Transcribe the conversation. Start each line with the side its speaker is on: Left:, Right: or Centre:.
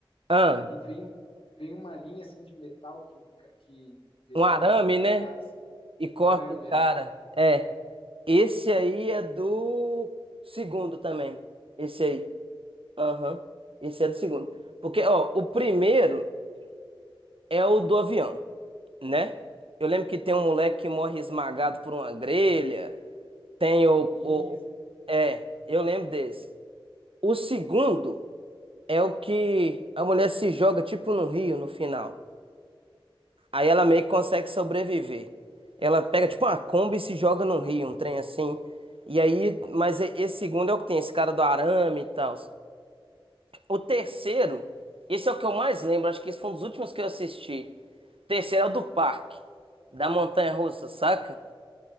Right: Ah,
Left: e vem, vem uma linha assim de metal que, o ca- que decepa
Right: um arame,
Left: ca-
Right: né?
Left: o cara assim.
Right: E corta
Left: O arame
Right: o
Left: é.
Right: cara. É. Esse aí é do segundo também. Esse aí. Aham. Esse é do segundo. Porque, ó, o primeiro é o do avião, né? Eu lembro que tem um moleque que morre esmagado por uma grelha. Tem o,
Left: Isso.
Right: o... É, eu lembro desse. O segundo é o que a mulher se joga tipo no rio no final. Aí ela meio que consegue sobreviver. Ela pega tipo uma Kombi
Left: Uhum.
Right: e se joga num rio, um trem assim. E aí, mas e- esse segundo é o que tem, esse cara do arame e tal. O terceiro, esse é o que eu mais lembro, acho que esse foi um dos últimos que eu assisti. O terceiro é o do parque, da montanha russa, saca?